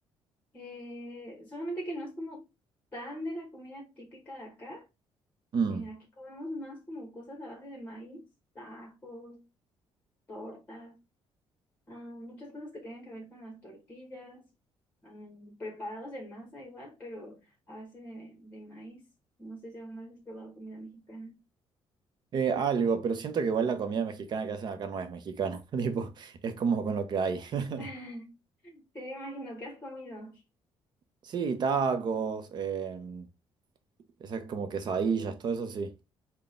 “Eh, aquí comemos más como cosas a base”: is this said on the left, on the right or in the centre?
Left